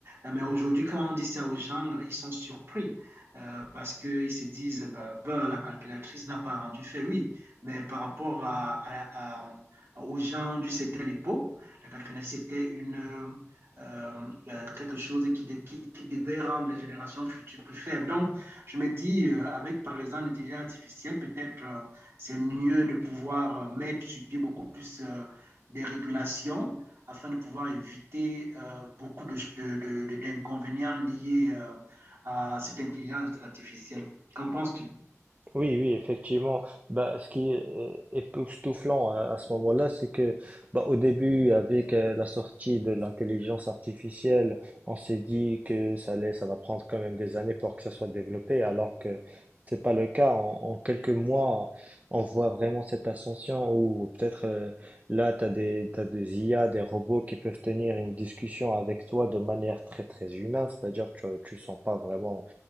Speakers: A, on the right; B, on the right.
A: Euh, Mais aujourd'hui, quand on dit ça aux gens, ils sont surpris euh, parce qu'ils se disent ben, ben, la calculatrice n'a pas rendu fait, oui. Mais par rapport à, à, à, aux gens du c'était l'époque, la calculatrice était une. Euh, euh, quelque chose qui, de, qui, qui, devait rendre les générations futures plus faibles. Donc, je me dis, euh, avec par exemple l'intelligence artificielle, peut-être euh, c'est mieux de pouvoir euh, mettre sur pied beaucoup plus euh, des régulations afin de pouvoir éviter euh, beaucoup de, de- de- de- d'inconvénients liés euh, à cette intelligence artificielle. Qu'en penses-tu?
B: Oui, oui, effectivement. Bah, ce qui est euh, époustouflant hein, à ce moment-là, c'est que bah, au début, avec euh, la sortie de l'intelligence artificielle, on s'est dit que ça allait, ça va prendre quand même des années pour que ça soit développé, alors que c'est pas le cas. En, en quelques mois, on voit vraiment cette ascension où peut-être euh, là, t'as des, t'as des IA, des robots qui peuvent tenir une discussion avec toi de manière très, très humaine, c'est-à-dire que tu, tu sens pas vraiment